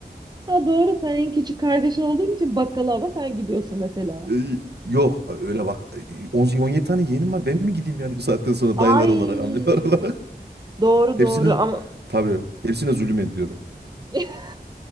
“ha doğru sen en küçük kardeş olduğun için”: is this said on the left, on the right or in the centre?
Right